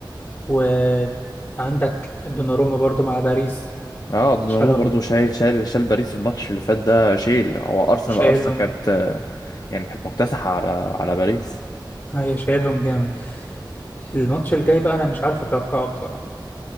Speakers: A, on the left; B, on the left.
A: وعندك دوناروما برضو مع باريس
B: اه دوناروما
A: شالهم
B: برضو شايل شايل شال باريس الماتش اللي فات ده شيل هو ارسنال
A: شايلهم
B: اصلا كانت يعني كانت مكتسحة على على باريس
A: هي شايلهم جامد الماتش الجاي بقى أنا مش عارف أتوقعه بصراحة